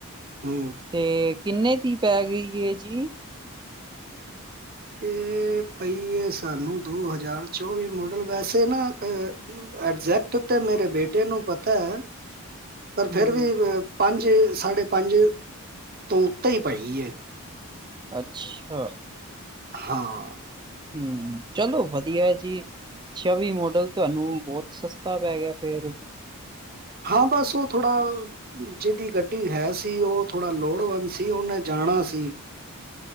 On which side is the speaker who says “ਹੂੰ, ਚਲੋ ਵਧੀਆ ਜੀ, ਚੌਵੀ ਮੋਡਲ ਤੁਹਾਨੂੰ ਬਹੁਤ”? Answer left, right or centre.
Right